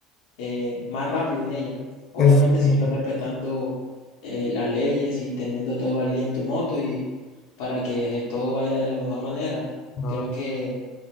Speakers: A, on the left; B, on the left.
A: eh, más rápido en ella. Obviamente
B: En- Entiendo.
A: siempre respetando eh, las leyes y teniendo todo al día en tu moto y para que eh, todo vaya de la mejor manera.
B: Ah,
A: Creo que